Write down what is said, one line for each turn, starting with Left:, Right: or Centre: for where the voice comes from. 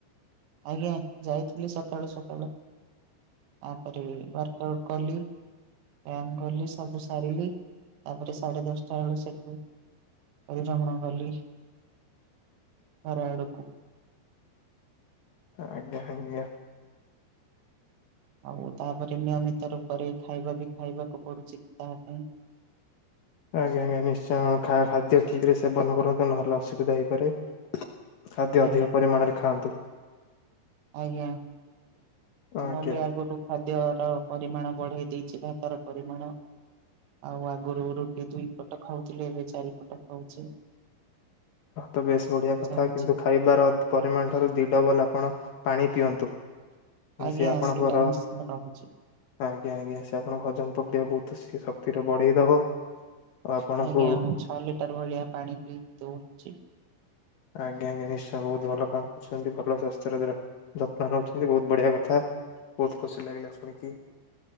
Right: ଆଜ୍ଞା ଯାଇଥିଲି ସକାଳୁ ସକାଳୁ ଆ କରି ୱର୍କ ଆଉଟ୍ କଲି ବ୍ୟାୟାମ କଲି ସବୁ ସାରିଲି। ତାପରେ ସାଢେ ଦଶଟା ବେଳୁ ସେଠୁ ପରିଭ୍ରମଣ କଲି। ଘର ଆଡ଼କୁ।
Left: ଆଜ୍ଞା ଆଜ୍ଞା।
Right: ଆଉ ତାପରେ ନିୟମିତ୍ ତ ରୁପରେ ଖାଇବା ବି ଖାଇବାକୁ ପଡୁଛି ତାହା ପାଇଁ।
Left: ଆଜ୍ଞା ଆଜ୍ଞା ନିଶ୍ଚୟ ଖା ଖାଦ୍ୟ ଠିକ ରେ ସେବନ କରନ୍ତୁ ନହେଲେ ଅସୁବିଧା ହେଇପାରେ। ଖାଦ୍ୟ
Right: ଆଜ୍ଞା
Left: ଅଧିକ ପରିମାଣରେ ଖାଆନ୍ତୁ।
Right: ଆଜ୍ଞା ଆ
Left: ଆଜ୍ଞା
Right: ମୁ ବି ଅଗୁରୁ ଖାଦ୍ୟ ର ପରିମାଣ ବଢେଇ ଦେଇଛି ଭାତ ର ପରିମାଣ। ଆଉ ଆଗରୁ ରୁଟି ଦୁଇ ପଟ ଖାଉଥିଲି ଏବେ ଚାରିପଟ ଖାଉଚି।
Left: ହଁ ତ ବେସ୍ ବଢ଼ିଆ କଥା
Right: ଚାଲିଛି
Left: କିନ୍ତୁ ଖାଇବାର ତ ପରିମାଣ ଠାରୁ ଦି ଡବଲ୍ ଆପଣ ପାଣି ପିଅନ୍ତୁ। ନା
Right: ଆଜ୍ଞା
Left: ସିଏ ଆପଣଙ୍କର
Right: ସେଇଟା ନିଶ୍ଚିନ୍ତ ରହୁଚି।
Left: ଆଜ୍ଞା ଆଜ୍ଞା ସେ ଆପଣଙ୍କ ହଜମ ପ୍ରକ୍ରିୟା ବହୁତ ସେ ଶକ୍ତିରେ ବଢେଇଦବ। ଆଉ ଆପଣଙ୍କୁ
Right: ଆଜ୍ଞା ମୁଁ ଛଅ ଲିଟର ଭଳିଆ ପାଣି ପିଇ ଦୋଉଚି।
Left: ଆଜ୍ଞା ଆଜ୍ଞା ନିଶ୍ଚୟ ବହୁତ ଭଲ କାମ କରୁଛନ୍ତି ଭଲ ସାସ୍ଥ୍ୟରେ ର ଯତ୍ନ ନଉଛନ୍ତି ବହୁତ ବଢିଆ କଥା ବହୁତ ଖୁସି ଲାଗିଲା ଶୁଣିକି।